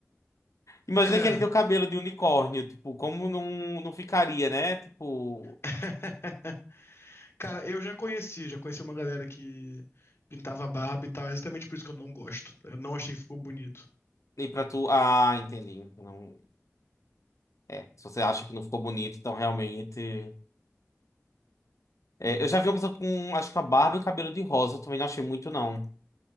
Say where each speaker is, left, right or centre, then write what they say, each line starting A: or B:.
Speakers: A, on the left; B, on the left.
A: Imagina
B: É.
A: que ele tem o cabelo de unicórnio, tipo, como não, não ficaria, né? Tipo,
B: <laughs> Cara, eu já conheci, já conheci uma galera que pintava barba e tal. É exatamente por isso que eu não gosto. Eu não achei que ficou bonito.
A: nem pra tu. Ah, entendi. Não, é, se você acha que não ficou bonito, então realmente. É, eu já vi uma pessoa com, acho que uma barba e um cabelo de rosa. Eu também não achei muito, não,